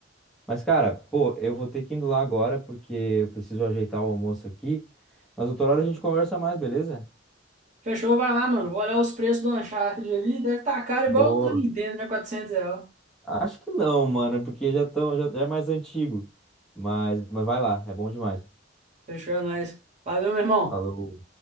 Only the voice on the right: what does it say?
Fechou, vai lá, mano. Vou olhar os preços do Uncharted ali. Deve estar caro
igual o do Nintendo, né? quatrocentos reais.
Fechou, é nóis. Valeu, meu irmão.